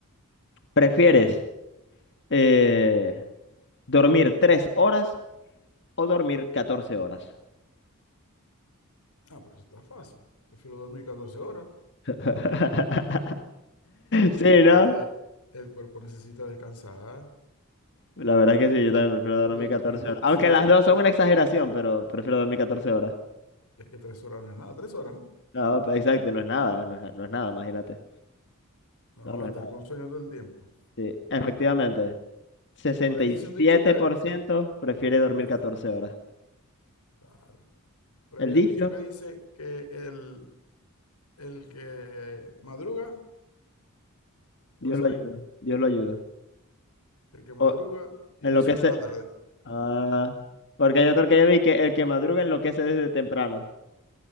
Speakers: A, on the left (about 55°); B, on the left (about 90°).
A: ¿Prefieres eh, dormir 3 horas o dormir 14 horas?
B: Ah, pero eso está fácil. Prefiero dormir 14 horas.
A: <laughs>
B: Dorm-
A: Sí, ¿no?
B: es que el cuerpo necesita descansar.
A: La verdad es que sí, yo también prefiero
B: Y
A: dormir
B: dormir,
A: 14
B: tre-
A: horas. Aunque
B: sí, do-
A: las dos
B: sí,
A: son una
B: do-
A: exageración, pero prefiero dormir 14 horas.
B: es que 3 horas no es nada. tres horas, ¿no?
A: No, exacto, no es nada, no es, no es nada, imagínate.
B: No
A: No, no
B: vas a
A: es
B: estar
A: nada.
B: con sueño todo el tiempo.
A: Sí, efectivamente. sesenta
B: Por ahí
A: y
B: dice
A: siete
B: un dicho que,
A: por
B: que
A: ciento prefiere dormir
B: claro,
A: 14 horas.
B: claro. Por
A: El
B: ahí hay
A: dicho,
B: un dicho que dice que el, el que madruga, ¿te
A: Dios
B: lo sabéis?
A: lo ayuda, Dios lo ayuda.
B: El que madruga
A: O
B: tiene
A: enloquece.
B: sueño en la tarde.
A: Ah, porque hay otro que ya vi que el que madruga enloquece desde temprano.